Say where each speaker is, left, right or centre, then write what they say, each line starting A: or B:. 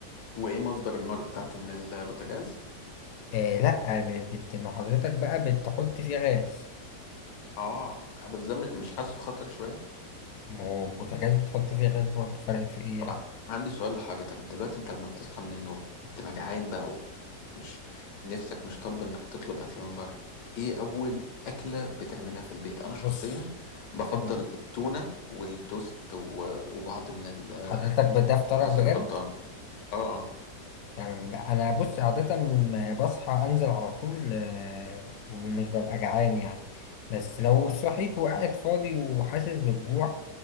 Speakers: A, on the left (about 80°); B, on the left (about 70°).
A: وايه مصدر النار بتاعته من البوتاجاز
B: آه لا ب- بت ما حضرتك بقى بتحط فيه غاز
A: اه بس ده م- مش حاسه خطر شوية
B: ما هو البوتاجاز بتحط فيه غاز برضه فرقت في ايه يعني
A: طبعا عندي سؤال لحضرتك دلوقتي انت لما بتصحى من النوم وبتبقى جعان بقى ومش نفسك مش طالبه انك تطلب اكل من بره ايه اول اكله بتعملها في البيت انا شخصيا
B: بص
A: بفضل
B: تمام
A: التونه والتوست و- وبعض من ال-
B: حضرتك بده فطارك
A: عصير
B: بجد
A: البرتقال اه
B: تمام لا انا بص عادة بصحى انزل على طول آه، ومش ببقى جعان يعني بس لو صحيت
A: آه.
B: وقاعد فاضي وحاسس بالجوع